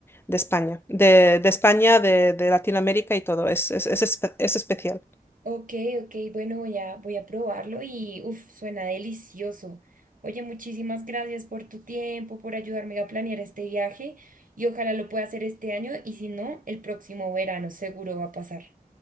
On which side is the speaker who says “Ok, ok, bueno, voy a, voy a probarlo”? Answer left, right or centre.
Right